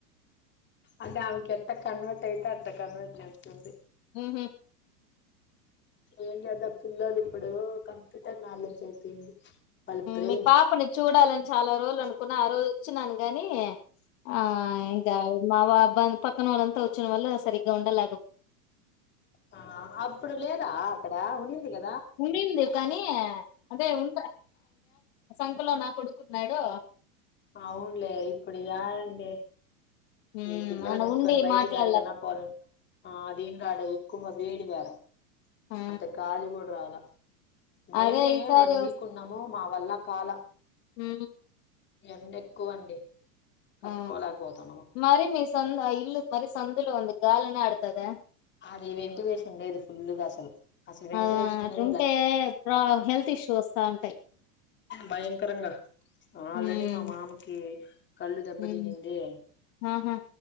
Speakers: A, on the left (about 25°); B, on the left (about 50°).
A: అదే ఆమెకి ఎట్ట కన్వర్ట్ అయితే అట్ట కన్వర్ట్ చేస్తుంది
B: హ
A: ఏం చేదం పిల్లలు ఇప్పుడు కంప్యూటర్ నాలెడ్జ్ అయిపోయింది వాళ్ళ బ్రెయిన్
B: మీ పాపని చూడాలని చాలా రోజులు అనుకు కు ఆ రోజు వచ్చినను గాని ఆ ఇకా మావబ్బా పక్కన వాళ్ళంత వచ్చిన వాళ్ళు సరిగ ఉండల
A: ఆ అప్పుడు లేదా ఎ ఉందిగా
B: ఉడింది కానీ అదే ఉ ఇక్కలో నా కొడుక్కున్నాడు
A: అవునులే ఇప్పుడు య అండి
B: ఉమ్
A: ఈ పిల్లవాలు
B: ఆయన
A: ఎట్కడి
B: ఉండి
A: బయటికి
B: మాట్లాడలేకపోయినా
A: అడికిన్నా పోలే ఆ అదీం ఆడ కుమ వేడి వేర
B: ఆ
A: అంత గాలి కూడా రావాల మేమే
B: అదే ఈసారి
A: వన్ వీక్ ఉన్నాము మా వల్ల కాాల
B: హ
A: ఎండ ఎక్కువ అండి తట్టుకోలేకపోతున్నాము
B: ఆ మరి మీ సంత ఇల్ మరి సందులు వ గాాలన ఆడతుద
A: అది వెంటిలేషన్ ఉండేది ఫుల్గా అసలు అసలు వెంటిలేషన్
B: ఆ
A: ఉండేదిలా
B: అటుంటే ప్రా హెల్త్ ఇష్యూ వస్తా ఉంటాయి
A: భయంకరంగా ఆల్రెడీ
B: హ్మ్
A: మా మామకి కళ్ళు దెబతి
B: హ్మ్
A: నిందిే
B: ఆహా